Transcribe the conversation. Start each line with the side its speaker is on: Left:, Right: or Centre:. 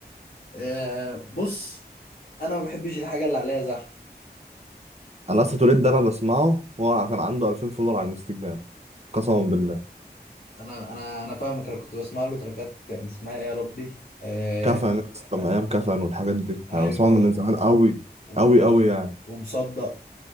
Left: آه، بص انا ما بحبش الحاجه اللي عليها زحمه
Right: انا اصلا توليت ده انا بسمعه هو كان عنده 2000 فولور على الانستجرام قسما بالله
Left: انا انا انا فاهمك انا كنت بسمع له تراكات كان اسمها ايه يا ربي آه
Right: كفن يا اسطى
Left: آه،
Right: من ايام كفن والحاجات دي
Left: ايوه
Right: انا بسمعه من زمان قوي
Left: و-
Right: قوي قوي يعني
Left: ومصدق